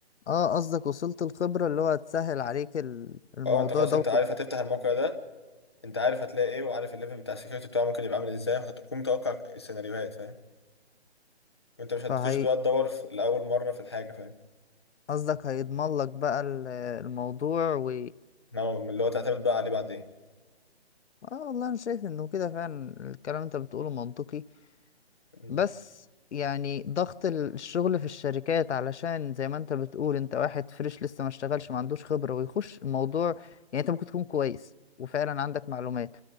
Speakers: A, on the left (about 85°); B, on the left (about 25°).
A: اه قصدك وصلت الخبرة اللي هو هتسهل عليك ال- الموضوع
B: اه انت خلاص
A: ده
B: انت
A: وت-
B: عارف هتفتح الموقع ده انت عارف هتلاقي ايه وعارف الليفل بتاع السكيورتي بتاعه ممكن يبقى عامل إيه ازاي فهتكون متوقع السيناريوهات فاهم وانت مش هتخش
A: فهي
B: بقى تدور في الأول مرة في الحاجة فاهم
A: قصدك هيضمن لك بقى ال- الموضوع و
B: نعم، من اللي هو تعتمد بقى عليه بعدين
A: اه والله انا شايف انه كده فعلا الكلام اللي انت بتقوله منطقي
B: مم.
A: بس يعني ضغط ال- الشغل في الشركات علشان زي ما انت بتقول انت واحد فريش لسه ما اشتغلش ما عندوش خبرة ويخش الموضوع يعني انت ممكن تكون كويس وفعلا عندك معلومات